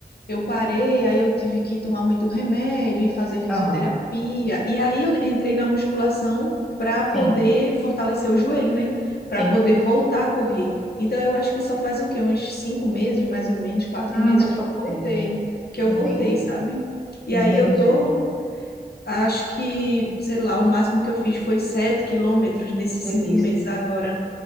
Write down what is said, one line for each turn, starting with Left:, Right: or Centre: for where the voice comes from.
Left: eu parei, aí eu tive que tomar muito remédio e fazer fisioterapia.
Centre: Aham.
Left: E aí eu entrei na musculação para poder
Centre: Sim,
Left: fortalecer o joelho, né? Para
Centre: sim.
Left: poder voltar a correr. Então eu acho que só faz o quê? Uns cinco meses, mais ou menos, quatro
Centre: Ah,
Left: meses
Centre: faz
Left: que
Centre: pouco
Left: eu voltei,
Centre: tempo.
Left: que
Centre: Entendi,
Left: eu voltei, sabe? E
Centre: entendi.
Left: aí eu tô, acho que, sei lá, o máximo que eu fiz foi sete quilômetros nesses
Centre: Delícia.
Left: cinco meses agora.